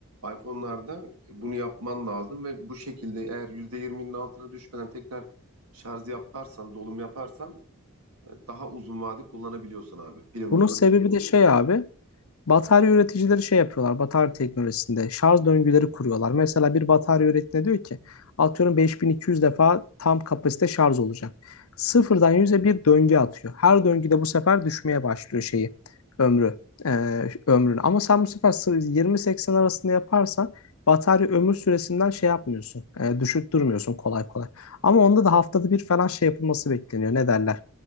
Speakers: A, on the right; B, on the left.
A: iPhone'larda bunu yapman lazım ve bu şekilde eğer yüzde yirminin altına düşmeden tekrar şarj yaparsan, dolum yaparsan e, daha uzun vade kullanabiliyorsun abi. Pil ömrü
B: Bunun
A: uzuyor.
B: sebebi de şey abi Batarya üreticileri şey yapıyorlar, batarya teknolojisinde şarj döngüleri kuruyorlar. Mesela bir batarya üretine diyor ki, atıyorum 5200 defa tam kapasite şarj olacak. Sıfırdan
A: Hı hı.
B: 100'e bir döngü atıyor. Her döngüde bu sefer düşmeye başlıyor şeyi, ömrü, e, ömrünü. Ama sen bu sefer sı- 20-80 arasında yaparsan batarya ömür süresinden şey yapmıyorsun, e, düşük durmuyorsun kolay kolay. Ama onda da haftada bir falan şey yapılması bekleniyor. Ne derler?